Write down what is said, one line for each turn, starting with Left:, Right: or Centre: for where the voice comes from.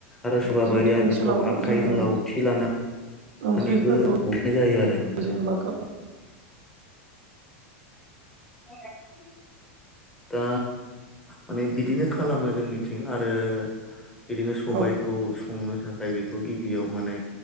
Centre: आरो सोरबाबायोया
Right: जोंनि ओनसोलावबो
Centre: बेखौ आखाइजों
Right: जोङो
Centre: लावथि लाना
Right: ओंख्रिफोरखौ
Centre: सानैबो <unintelligible> जायो आरो नोंथां।
Right: जेनेबा गाव
Centre: <unintelligible> दा माने बिदिनो खालामो जोंनिथिं आरो बिदिनो सबायखौ
Right: औ
Centre: संनो थाखाय बेखौ गिबियाव माने